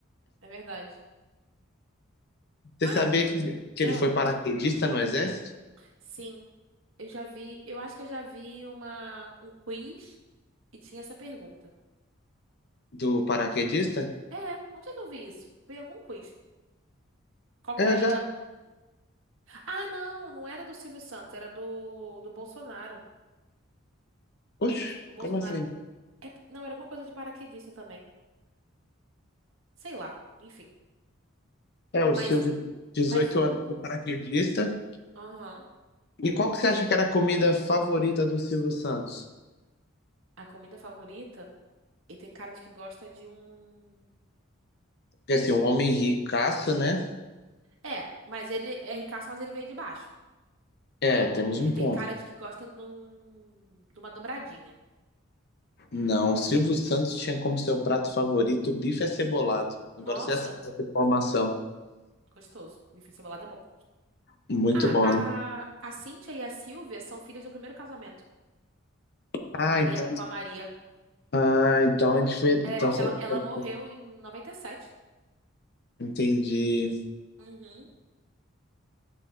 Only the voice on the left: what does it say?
Você
sabia que que
ele foi paraquedista no exército?
Do paraquedista?
É,
já.
Oxe,
como assim?
É, o
Silvio, 18
anos, foi paraquedista.
E qual que você acha que era a comida favorita do Silvio Santos?
Porque assim, um homem ricaço, né?
É, temos
um
ponto.
Não, Silvio Santos tinha como seu prato favorito o bife acebolado. Agora
você já sabe dessa informação.
Muito
bom, né?
Ah,
então.
Ah, então é diferente.
Então,
é difer-
entendi.